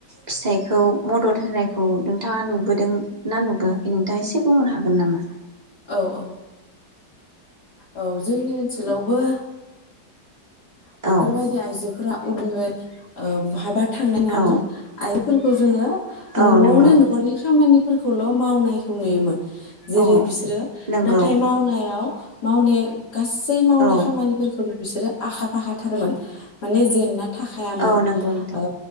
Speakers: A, on the right; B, on the left.
A: फिसाइखौ मदद होनायखौ नोंथाङा नुबोदों ना नुबोआखै नोंथाङा एसे बुंनो हागोन नामा?
B: औ औ औ जोंनि ओनसोलावबो बेफोरबायदि
A: औ
B: आइजोफोरा उदुङै ओ बहाबा थांनाय नङामोन
A: औ
B: आय फोरखौ जोङो। न'आवनो
A: औ नंगौ
B: न'खरनि खामानि। फोरखौल' मावनायखौ नुयोमोन। जेरै-
A: औ
B: बिसोरो
A: नंगौ
B: नाथाय मावनायाव। मावने गासै मावनाय
A: औ
B: खामानिफोरखौनो बिसोरो आखा फाखाथारमोन माने जेनना थाखायामोन
A: औ नंगौ नोंथां
B: ओ